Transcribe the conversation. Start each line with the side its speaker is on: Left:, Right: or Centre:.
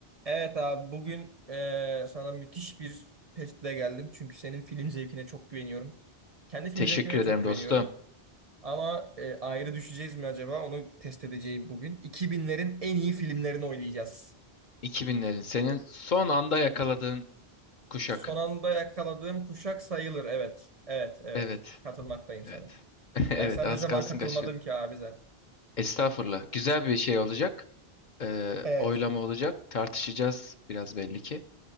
Right: Evet abi bugün eee, sana müthiş bir testle geldim. Çünkü senin film zevkine çok güveniyorum. Kendi film
Left: Teşekkür
Right: zevkime de
Left: ederim
Right: çok güveniyorum.
Left: dostum.
Right: Ama eee, ayrı düşeceğiz mi acaba? Onu test edeceğim bugün. 2000'lerin en iyi filmlerini oynayacağız.
Left: 2000'lerin senin son anda yakaladığın kuşak.
Right: Son anda yakaladığım kuşak sayılır. Evet, evet, evet.
Left: Evet.
Right: Katılmaktayım sana.
Left: Evet. <laughs> Evet
Right: Ben sana
Left: az
Right: ne zaman
Left: kalsın
Right: katılmadım
Left: kaçırıyordum.
Right: ki abi zaten.
Left: Estağfurullah. Güzel bir şey olacak. Ee,
Right: Evet.
Left: oylama olacak. Tartışacağız biraz belli ki.